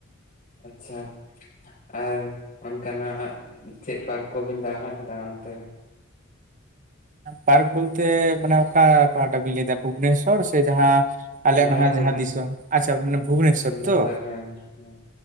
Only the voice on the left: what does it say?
ᱟᱪᱪᱷᱟ ᱟᱨ ᱚᱱᱠᱟ ᱟᱜ ᱦᱟᱜ ᱪᱮᱫ ᱯᱟᱨ ᱠᱚᱵᱤᱱ ᱫᱟᱬᱟ ᱟᱠᱟᱫᱟ ᱚᱱᱛᱮ
ᱦᱮᱸ
ᱚᱱᱮ ᱵᱷᱩᱵᱽᱱᱮ
ᱵᱷᱩᱵᱽᱱᱮᱥᱥᱚᱨ
ᱦᱮᱸ ᱦᱮᱸ